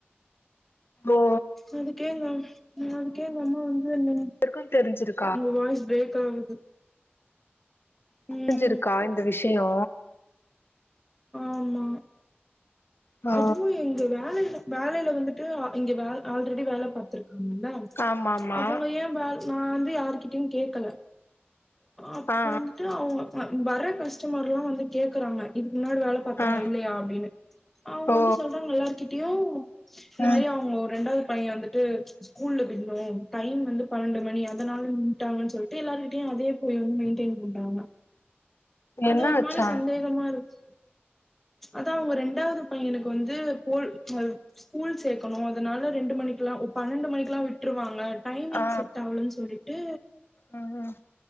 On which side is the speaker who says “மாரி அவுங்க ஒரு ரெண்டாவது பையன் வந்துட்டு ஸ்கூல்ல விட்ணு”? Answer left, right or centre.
Centre